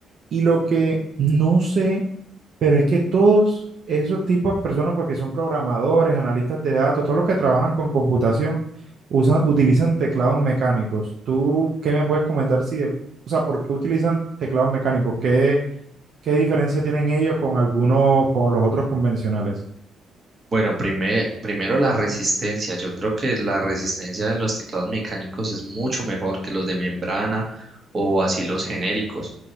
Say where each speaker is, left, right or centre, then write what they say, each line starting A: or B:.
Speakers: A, on the right (about 65°); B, on the right (about 40°).
A: Y lo que no sé, pero es que todos esos tipos de personas, porque son programadores, analistas de datos, todos los que trabajan con computación, usan, utilizan teclados mecánicos. ¿Tú qué me puedes comentar si, de- o sea, por qué utilizan teclados mecánicos? ¿Qué, qué diferencia tienen ellos con algunos, con los otros convencionales?
B: Bueno, primer- primero la resistencia. Yo creo que la resistencia de los teclados mecánicos es mucho mejor que los de membrana o así los genéricos.